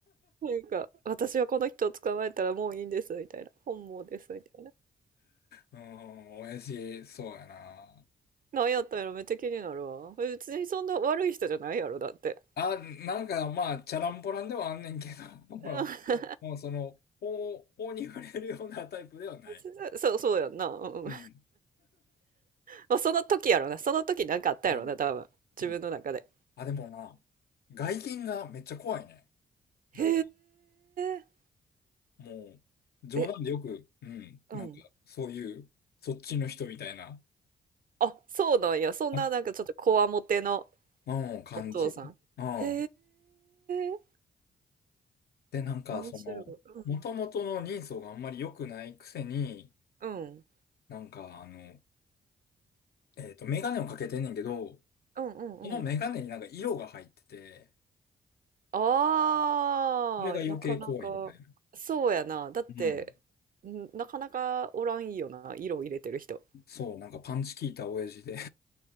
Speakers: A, on the right; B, on the left.
A: う。なんか、私はこの人を捕まえたらもういいんです、みたいな。本望です、みたいな。
B: うん親父、そうやな。
A: なんやったんやろ、めっちゃ気になるわ。別にそんな悪い人じゃないやろ、だって。
B: あ、なんかまあ、チャランポランではあんねんけど。<laughs>
A: うん
B: もうその、法、法に触れるようなタイプではない。
A: <laughs> そう、そうやんな。うん
B: うん。
A: まあ、その時やろな。その時なんかあったやろな、
B: うん。
A: 多分。自分の中で。
B: うん。あ、でもな、外見がめっちゃ怖いね。
A: へ
B: なんか、
A: え。
B: もう、冗談でよく、
A: え、
B: うん、
A: うん。
B: なんか、そういう、そっちの人みたいな、
A: あ、そうなんや。そんななんかちょっとこわもての
B: あ、うん、感じ。
A: お父さん。
B: うん。
A: へえ。
B: で、なんか、
A: 面白い。
B: その、
A: うん。
B: もともとの人相があんまり良くないくせに、
A: うん。
B: なんか、あの、えっと、メガネをかけてんねんけど、
A: うんうんうん。
B: そのメガネになんか色が入ってて、
A: ああ、
B: それが余計怖いみたいな。
A: なかなか。そうやな。だって、
B: うん。
A: んなかなかおらんよな。色を入れてる人。
B: そう、なんかパンチ効いた親父で